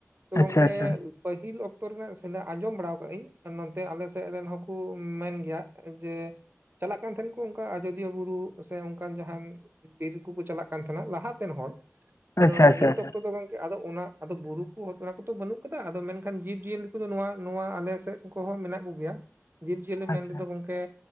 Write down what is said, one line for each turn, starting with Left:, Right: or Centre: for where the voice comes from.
Right: ᱛᱚ
Left: ᱟᱪᱪᱷᱟ
Right: ᱜᱚᱝᱠᱮ
Left: ᱟᱪᱪᱷᱟ
Right: ᱯᱟᱹᱦᱤᱞ ᱚᱠᱛᱚ ᱨᱮᱱᱟᱜ ᱥᱮᱸᱫᱽᱨᱟ ᱟᱸᱡᱚᱢ ᱵᱟᱲᱟ ᱠᱟᱜ ᱟᱹᱧ ᱛᱮ ᱟᱞᱮ ᱥᱮᱫ ᱨᱮᱱ ᱦᱚᱸᱠᱚ ᱢᱮᱱ ᱜᱮᱭᱟ ᱡᱮ ᱪᱟᱞᱟᱜ ᱠᱟᱱ ᱛᱟᱦᱮᱱ ᱠᱚ ᱚᱱᱠᱟ ᱟᱡᱚᱫᱤᱭᱟᱹ ᱵᱩᱨᱩ ᱥᱮ ᱚᱱᱠᱟᱱ ᱡᱟᱦᱟᱱ ᱵᱤᱨ ᱠᱚᱠᱚ ᱪᱟᱞᱟᱜ ᱠᱟᱱ ᱛᱟᱦᱮᱸᱱᱟ ᱞᱟᱦᱟᱛᱮᱱ ᱦᱚᱲ ᱟᱫᱚ
Left: ᱟᱪᱪᱷᱟ ᱟᱪᱪᱷᱟ
Right: ᱱᱤᱛ
Left: ᱟᱪᱪᱷᱟ
Right: ᱚᱠᱛᱚ ᱫᱚ ᱜᱚᱝᱠᱮ ᱟᱫᱚ ᱚᱱᱟ ᱟᱫᱚ ᱵᱩᱨᱩ ᱠᱚ ᱚᱱᱟ ᱠᱚᱫᱚ ᱵᱟᱹᱱᱩᱜ ᱠᱟᱫᱟ ᱟᱫᱚ ᱢᱮᱱᱠᱷᱟᱱ ᱡᱤᱵ ᱡᱤᱭᱟᱹᱞᱤ ᱠᱚᱫᱚ ᱱᱚᱣᱟ ᱱᱚᱣᱟ ᱟᱞᱮ ᱥᱮᱫ ᱠᱚᱦᱚᱸ ᱢᱮᱱᱟᱜ ᱠᱚᱜᱮᱭᱟ, ᱡᱤᱵᱽ ᱡᱤᱭᱟᱹᱞᱤ
Left: ᱟᱪᱪᱷᱟ
Right: ᱢᱮᱱ ᱛᱮᱫᱚ ᱜᱚᱝᱠᱮ